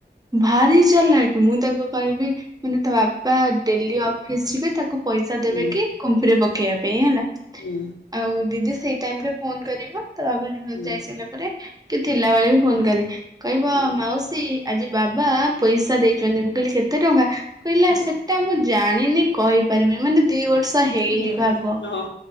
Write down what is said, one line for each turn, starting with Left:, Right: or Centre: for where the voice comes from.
Right: ଭାରି ଚାଲାକ। ମୁଁ ତାକୁ କହିବି ମାନେ ତା ବାପା ଡେଲି ଅଫିସ ଯିବେ। ତାକୁ ପଇସା
Left: ହୁଁ
Right: ଦେବେ କି କୁମ୍ପିରେ ପକେଇବା ଏଇୟା ନା
Left: ହୁଁ
Right: ଆଉ ଦିଦି ସେଇ ଟାଇମ ରେ ଫୋନ କରିବ। ତା ବାବା
Left: ହୁଁ
Right: ଯାଇ ସାରିଲା ପରେ। କି ଥିଲା ବେଳେ ବି ଫୋନ କରେ। କହିବ
Left: ହୁଁ
Right: ମାଉସୀ ବାବା ପଇସା ଦେଇଛନ୍ତି। ମୁଁ କହିଲି କେତେ ଟଙ୍କା? କହିଲା
Left: ହୁଁ
Right: ସେଟା ମୁଁ ଜାଣିନି କହିପାରିବିନି। ମାନେ ଦି ବର୍ଷ ହେଇନି
Left: ହୁଁ
Right: ଭାବ
Left: ହଁ ହଁ